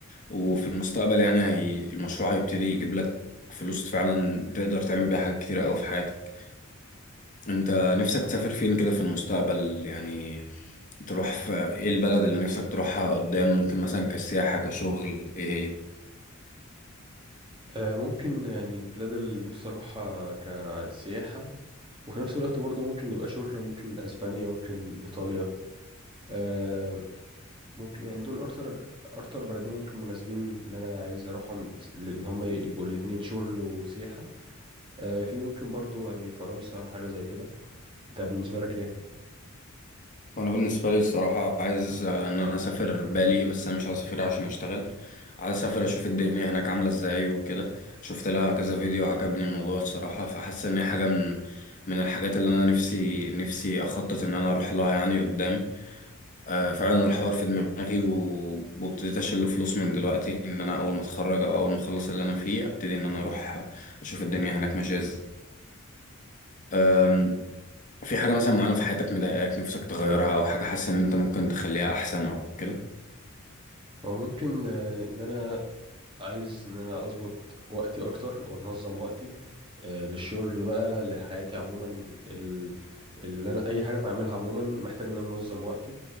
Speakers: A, on the left (about 35°); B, on the right (about 25°).
A: وفي المستقبل يعني هي... المشروع هيبتدي يجيب لك فلوس فعلا تقدر تعمل بيها حاجات كتيرة قوي في حياتك انت نفسك تسافر فين كده في المستقبل يعني تروح في ايه البلد اللي نفسك تروحها قدام ممكن مثلا كسياحة كشغل ايه هي
B: أه ممكن يعني البلاد اللي نفسي اروحها كسياحه وفي نفس الوقت برضه ممكن يبقى شغل ممكن اسبانيا ممكن ايطاليا أه ممكن يعني دول اكتر اكتر بلدين ممكن مناسبين ان انا عايز اروحهم بس- لان هم يبقوا الاتنين شغل وسياحه أه في ممكن برضه يعني فرنسا حاجه زي كده انت بالنسبه لك ايه
A: وانا بالنسبة لي الصراحة عايز آه، ان انا اسافر بالي بس انا مش عايز اسافر عشان اشتغل عايز اسافر اشوف الدنيا هناك عاملة ازاي وكده شفت لها كذا فيديو عجبني الموضوع الصراحة فحاسس ان هي حاجة من من الحاجات اللي انا نفسي نفسي اخطط ان انا اروح لها يعني قدام آه، فعلا الحوار في دماغي و- وابتديت اشيل فلوس من دلوقتي ان انا اول ما اتخرج او اول ما اخلص اللي انا فيه ابتدي ان انا اروح اشوف الدنيا هناك ماشيه ازاي أم، في حاجه مثلا معينه في حياتك مضايقاك نفسك تغيرها او حاجه حاسس ان انت ممكن تخليها احسن او كده
B: هو ممكن آه، ان انا عايز ان انا اظبط وقتي اكتر وانظم وقتي آه، للشغل بقى لحياتي عموما ال- اللي انا اي حاجه بعملها عموما محتاج ان انا انظم وقتي